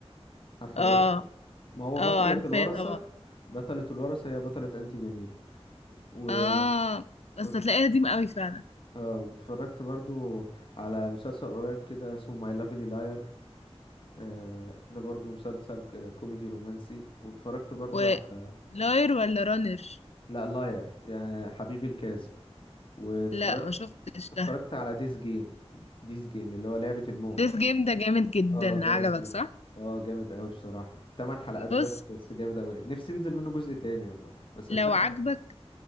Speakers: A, on the left (about 50°); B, on the left (about 75°).
A: عارفة
B: اه
A: الورثة ما هو
B: اه
A: بطلة
B: عارفاه
A: الورثة
B: طبعا
A: بطلة الورثة هي بطلة أنتي جميلة و...
B: اه بس
A: وتف...
B: هتلاقيه قديم قوي فعلا
A: آه واتفرجت برضو على مسلسل قريب كده اسمه ماي لافلي لاير آه ده برضو مسلسل ك- كوميدي رومانسي واتفرجت برضو
B: ولاير
A: على
B: ولا رانر
A: لا لاير يعني حبيبي الكاذب واتفرجت
B: لا ما شفتش
A: اتفرجت
B: ده
A: على ديس جيم ديس جيم اللي هو لعبة الموت
B: ديس جيم ده جامد جدا
A: اه جامد
B: عجبك
A: جدا
B: صح
A: اه جامد قوي بصراحة تمن حلقات بس
B: بص
A: بس جامد قوي نفسي ينزل منه جزء تاني والله بس
B: لو
A: مش عارف
B: عجبك